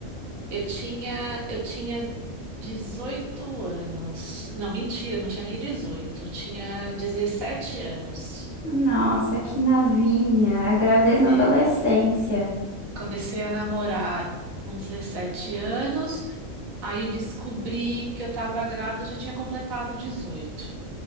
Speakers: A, on the right; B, on the left.
A: Eu tinha, eu tinha 18 anos. Não, mentira, não tinha nem 18. Eu tinha 17 anos.
B: Nossa, que novinha. A gravidez na
A: É.
B: adolescência.
A: Comecei a namorar com 17 anos, aí descobri que eu estava grávida, eu já tinha completado 18,